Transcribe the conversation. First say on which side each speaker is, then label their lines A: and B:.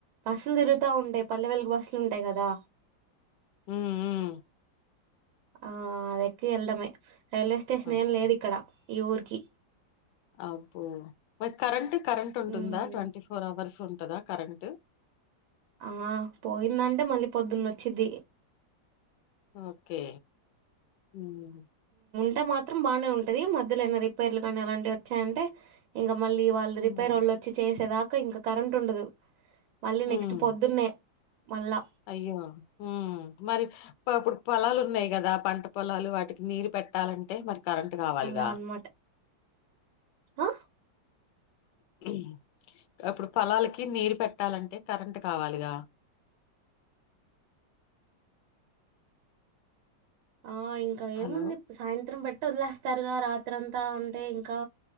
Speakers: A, on the right; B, on the left.
A: బస్సులు తిరుగుతా ఉంటాయి పల్లె వెెలుగు బస్సులు ఉంటాయి కదా
B: ఉమ్ ఉమ్
A: ఆ అది ఎక్కి ఎల్లడమే రైల్వే స్టేషన్
B: అబ్బో
A: ఏం లేదు ఇక్కడ ఈ ఊరికి
B: అబ్బో మ కరెంటు కరెంటూ ఉంటుందా
A: ఉమ్
B: ట్వంటి ఫోర్ అవర్స్ ఉంటదా కరెంటు
A: ఆ పోయిందంటే మళ్ళీ పొద్దున్న వచ్చిది
B: ఓకే హ్మ్
A: టే మాత్రం బానే ఉంటది మధ్యలేమ రిపేర్లు కానీ అలాంటివి ఒచ్చాయంటే ఇంగ మళ్ళీ వాళ్ళు రిపేర్
B: ఉమ్
A: వాళ్ళు వచ్చి చేసేదాకా ఇంకా కరెంట్ ఉండదు మళ్ళీ
B: హ్మ్
A: నెక్స్ట్ పొద్దున్నే మళ్ళా
B: అయ్యో హ్మ్ మరి పాపుడు పొలాలు ఉన్నాయి గదా పంట పొలాలు వాటికి నీరు పెట్టాలంటే మరి కరెంటు కావాలిగా
A: అలా అనమాట ఆ
B: <inaudible> అప్పుడు పొలాలకి నీరు పెట్టాలంటే కరెంటు కావాలిగా
A: ఆ ఇంకా ఏముంది
B: హలో!
A: సాయంత్రం పెట్టి ఒదిలేస్తారుగా రాత్రంతా అంటే ఇంకా